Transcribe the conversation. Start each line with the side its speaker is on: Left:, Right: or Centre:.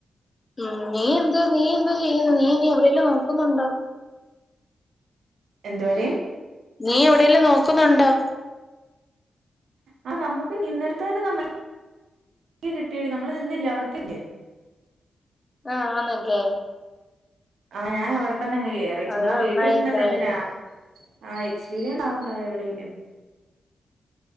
Left: മ്മ് നീ എന്തോ നീ എന്തോ ചെയ്യുന്നു നീ ഇനി എവിടെലും നോക്കുന്നോണ്ടോ <inaudible>
Right: എന്തുവാടി
Left: നീയെവടേലും നോക്കുന്നൊണ്ടോ
Right: ആഹ് നമ്മക്ക് നിന്നെടുത്തന്നെ നമ്മ കിട്ടിടി നമ്മള് നിന്നില്ലേ അവിടത്തന്നേ
Left: ആഹ് ആന്നല്ലേ
Right: ആഹ് ഞാൻ അവടെ തന്നങ്ങ് കേറി
Left: അത്
Right: ചുമ്മാ
Left: നന്നായി
Right: വീട്ടി നിന്നിട്ടെന്തിനാ
Left: എന്തായാലും
Right: ആഹ് എക്സ്പീരിയൻണ്ടാവണ്ടായൊ എവിടേലും